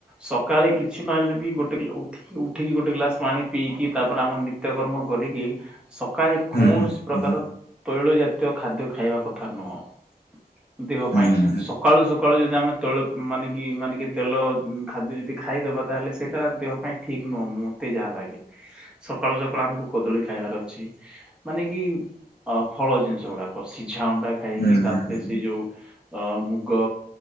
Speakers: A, in the centre; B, on the left.
A: ସକାଳେ କି ଛି ନହେଲେ ବି ଗୋଟେ ଉ-ଉଠିକି ଗୋଟେ ଗ୍ଲାସ ପାଣି ପିଇକି ତାପରେ ଆମର ନିତ୍ୟକର୍ମ କରିକି। ସକାଳେ
B: ହୁଁ
A: କୌଣସି
B: ହୁଁ
A: ପ୍ରକାର ତୈଳ ଜାତୀୟ ଖାଦ୍ୟ ଖାଇବା କଥା ନୁହଁ। ଦେହ ପାଇଁ
B: ହୁଁ
A: ସକାଳୁ ସ କାଳୁ ଯଦି ଆମେ ତୈଳ ମାନେ କି ମାନେକି ତେଲ ଖାଦ୍ୟ ଯଦି ଖାଇଦେବା ତାହେଲେ ସେଇଟା ଦେହ ପାଇଁ ଠିକ୍ ନୁହଁ। ମତେ ଯାହା ଲାଗେ ସକାଳୁ ସକାଳୁ ଆମକୁ କଦଳୀ ଖାଇବାର ଅଛି। ମାନେ କି ଅ ଫଳ ଜିନିଷ ଗୁଡାକ ସିଝା ଅଣ୍ଡା ଖାଇକି
B: ହୁଁ
A: ତା
B: ହୁଁ
A: ଯୋଉ ମୁଗ